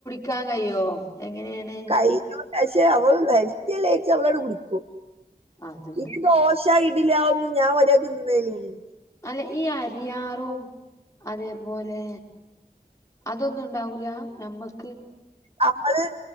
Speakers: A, on the left; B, on the right.
A: ക്കാൻ കയ്യോ എങ്ങനെണ്
B: <unintelligible> പക്ഷേ അവൾ ഹെൽത്തി എല്ലേച്ച് അവളട് കുടിക്കും
A: അത്ണ്ട്
B: ഈ ദോ ശ ഇഡിലി അതൊന്നും ഞാൻ മര്യാക്ക് തിന്നേലൊന്നുല്ല
A: അല്ല ഈ അരിയാറും അതേപോലെ അതൊന്നും ഉണ്ടാവൂല്ല നമ്മ -
B: നമ്മള്